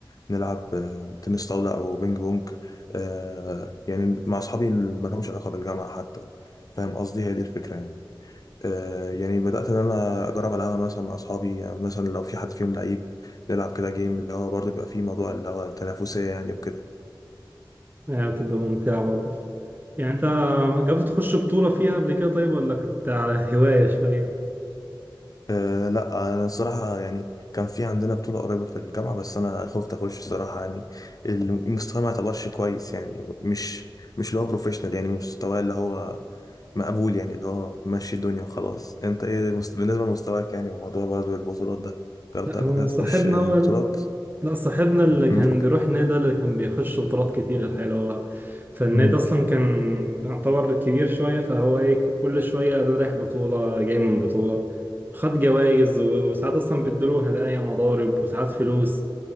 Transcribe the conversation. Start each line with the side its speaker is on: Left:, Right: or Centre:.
Left: نلعب آه، تنس طاوله او بينج بونج آه، يعني مع اصحابي اللي ما لهمش علاقه بالجامعه حتى فاهم قصدي هي دي الفكره يعني آه، يعني بدات ان انا اجرب العبها مثلا مع اصحابي يعني مثلا لو في حد فيهم لعيب نلعب كده جيم اللي هو برضه بيبقى فيه موضوع اللي هو التنافسيه يعني وكده
Right: يعني بتبقى ممتعة برضه يعني انت جربت تخش بطولة فيها قبل كده طيب ولا كنت على هواية شوية؟
Left: أه لا انا الصراحه يعني كان في عندنا بطوله قريبه في الجامعه بس انا خفت اخش الصراحه يعني المستوى ما يعتبرش كويس يعني مش مش اللي هو بروفيشنال يعني مستوى اللي هو مقبول يعني اللي هو ماشي الدنيا وخلاص انت ايه مست... بالنسبه لمستواك يعني وموضوع برضه البطولات ده جربت
Right: لا
Left: قبل
Right: هو
Left: كده
Right: صاحبنا
Left: تخش آه،
Right: هو
Left: بطولات
Right: لا صاحبنا اللي
Left: مم.
Right: كان بيروح النادي ده اللي كان بيخش بطولات كتير الحقيقة اللي هو فالنادي
Left: مم.
Right: أصلا كان يعتبر كبير شوية فهو ايه كل شوية ده رايح بطولة جاي من بطولة وخد جوايز و- وساعات أصلا بيديله هدايا مضارب وساعات فلوس